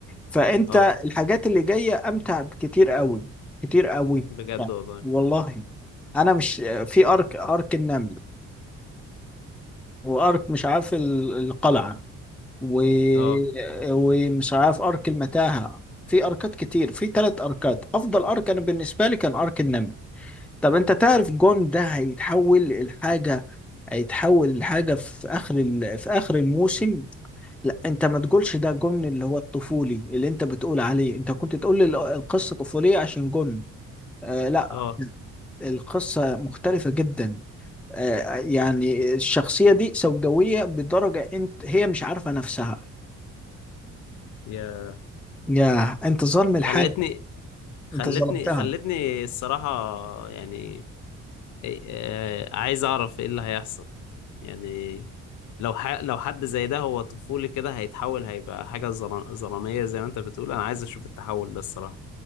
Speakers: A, in the centre; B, on the left.
A: فأنت
B: اه
A: الحاجات اللي جاية أمتع بكتير قوي كتير قوي
B: بجد
A: يعني
B: والله
A: والله أنا مش في أرك أرك النمل وأرك مش عارف ال- القلعة و...
B: اه
A: ومش عارف أرك المتاهة في أركات كتير في ثلاث أركات أفضل أرك أنا بالنسبة لي كان أرك النمل طب انت تعرف جون ده هيتحول لحاجة هيتحول لحاجة في اخر ال... في اخر الموسم لا انت ما تقولش ده جون اللي هو الطفولي اللي انت بتقول عليه انت كنت تقول لي ال- القصة طفولية عشان جون آه لا
B: اه
A: القصة مختلفة جدا آه يعني الشخصية دي سوداوية بدرجة انت هي مش عارفة نفسها
B: يا
A: يا انت ظالم الحاجة
B: خلتني خلتني
A: انت ظلمتها
B: خلتني الصراحه يعني إيه- آه، عايز اعرف ايه اللي هيحصل يعني لو ح... لو حد زي ده هو طفولي كده هيتحول هيبقى حاجة ظلام- ظلامية زي ما انت بتقول انا عايز اشوف التحول ده الصراحة